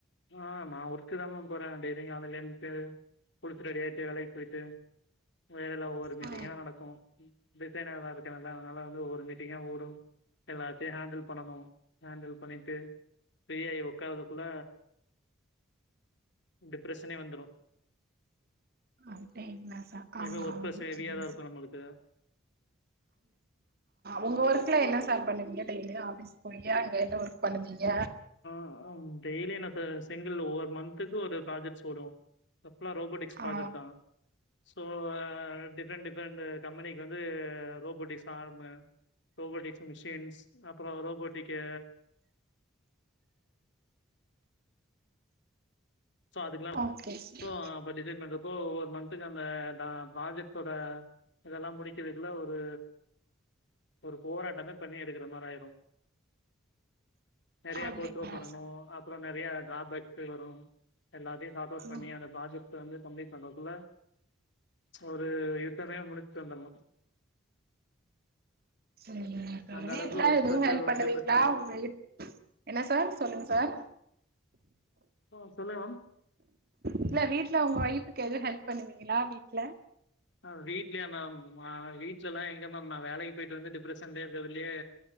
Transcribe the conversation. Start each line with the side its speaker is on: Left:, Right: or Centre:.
Left: ஆ நா ஒர்க்குதா மேம் போற டெய்லி காலைல எந்திச்சு குளுச்சு ரெடியாய்ட்டு வேலைக்கு போய்ட்டு வேலைல ஒவ்வொரு மீட்டிங்கா
Right: ஆ
Left: நடக்கு டிசைனரா இருக்கல்ல அதனால வந்து ஒவ்வொரு மீட்டிங்கா ஓடு எல்லாத்தியு ஹேண்டில் பண்ணணு ஹேண்டில் பண்ணிட்டு ஃப்ரீயாயி உக்காரதுக்குள்ள டிப்ரஷனே வந்துரு
Right: அப்டிங்களா சார் ஆ
Left: எப்யு ஒர்க்ப்ரெஷர் ஹெவியாதா
Right: சேரி
Left: இருக்கு
Right: சார்
Left: நம்ளுக்கு
Right: உங்க ஒர்க்ல என்ன சார் பண்ணுவீங்க டெய்லி ஆஃபீஸ் பொய்யா அங்க என்ன ஒர்க் பண்ணுவீங்க
Left: அ டெய்லி எனக்கு சிங்கில் ஒவ்வொரு மந்த்துக்கு ஒரு ப்ர்ஜக்ட்ஸ் வரு அ ஃபுல்லா ரோபோட்டிக் ஸ்
Right: ஆ
Left: ப்ராஜெட்தா ஸோ டிஃப்ரெண்ட் டிஃப்ரெண்ட் கம்பெனிக்கு வந்து ரோபோட்டிக்ஸ்லா ஆர்மு ரோபோட்டிக்ஸ் மிஷின்ஸ் அப்றோ ரோபோட்டிக்கு ஸோ அதுக்கெல்லா
Right: ஓகே சார்
Left: ஸோ அப்போ டிசைன் பண்றோப்போ ஒவ்வொரு மந்த்துக்கு அந்த ப்ராஜெக்ட்டோட இதெல்லா முடிக்கிறதுக்குல ஒரு ஒரு போராட்டமே பண்ணி எடுக்ற மாரி ஆயிரு நறைய
Right: அப்டிங்களா
Left: கோத்ரு பண்ணணு
Right: சார்
Left: அப்றோ நறைய டிரா பேக்ஸ் வரு எல்லாத்தையு சார்ட் அவுட் பண்ணி
Right: ம்
Left: அந்த ப்ராஜெக்ட்ட வந்து சப்மிட் பண்ணுறக்குள்ள சொரு யுத்தமே முடிச்சிட்டு வந்துடலாம்
Right: சரி
Left: அந்த
Right: வீட்லஎதுவும்
Left: அளவுக்கு ஒர்க் ப்ரெஷர்
Right: ஹெல்ப்
Left: ஒர்க்
Right: பண்ணுவீங்களா
Left: டிப்ரெஷன்
Right: உங்க வீட் என்ன சார் சொல்லுங்க சார்
Left: ஆ சொல்லுங்க மேம்
Right: இல்ல வீட்ல ஒங்க ஒய்ஃபுக்கு எதுவும் ஹெல்ப் பண்ணுவீங்களா வீட்ல
Left: ஆ வீட்லயா மேம் வீட்லலாம் எங்க மேம் நா வேலைக்கு போய்ட்டு வந்து டிப்ரெஷன்லே இருக்கறதுலயே